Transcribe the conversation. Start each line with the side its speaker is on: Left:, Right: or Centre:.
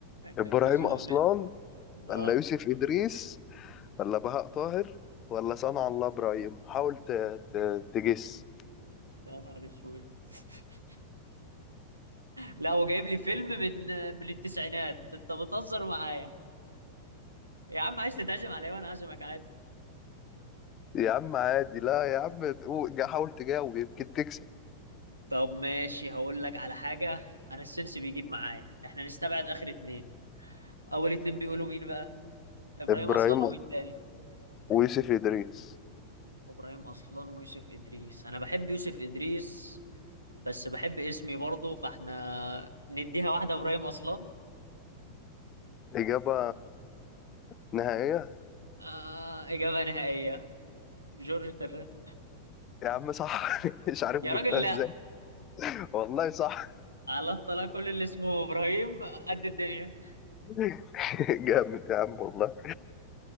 Right: انت
Left: ابراهيم
Right: بتزنق
Left: اصلان
Right: لا
Left: ولا
Right: اه
Left: يوسف ادريس ولا بهاء طاهر ولا صنع الله ابراهيم حاول ت... ت... تجس
Right: يا نهار اسود <laughs> لا وجايب لي فيلم من من التسعينات انت بتهزر معايا يا عم عايز تتعزم عليا وانا عازمك عادي
Left: يا عم عادي لا يا عم تقو- جا- حاول تجاوب يمكن تكسب
Right: طب ماشي هقول لك على حاجة أنا السنس بيجيب معايا إحنا نستبعد آخر اتنين أول اتنين بيقولوا مين بقى؟ إبراهيم
Left: ابراهيم
Right: أصلان ومين تاني؟
Left: ويوسف ادريس
Right: إبراهيم أصلان ويوسف إدريس أنا بحب يوسف إدريس بس بحب اسمي برضه فإحنا نديها واحدة إبراهيم أصلان
Left: اجابه نهائيه
Right: آه إجابة نهائية جورج فرنانديز
Left: يا عم صح <laughs> مش عارف
Right: يا
Left: جبتها
Right: راجل
Left: ازاي
Right: لأ
Left: والله صح
Right: على الطلاق كل اللي اسمه إبراهيم قد الدنيا
Left: <laughs> جامد يا عم والله